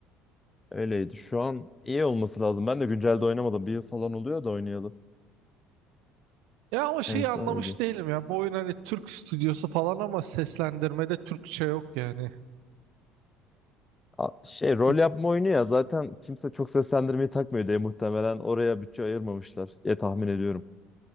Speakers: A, on the left; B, on the right.
A: Öyleydi. Şu an iyi olması lazım. Ben de güncelde oynamadım. Bir yıl falan oluyor da oynayalı.
B: Ya ama şeyi
A: En
B: anlamış
A: son iyiydi.
B: değilim ya. Bu oyun hani Türk stüdyosu falan ama seslendirmede Türkçe yok yani.
A: A- Şey
B: <laughs>
A: rol yapma oyunu ya zaten kimse çok seslendirmeyi takmıyor diye muhtemelen oraya bütçe ayırmamışlar diye tahmin ediyorum.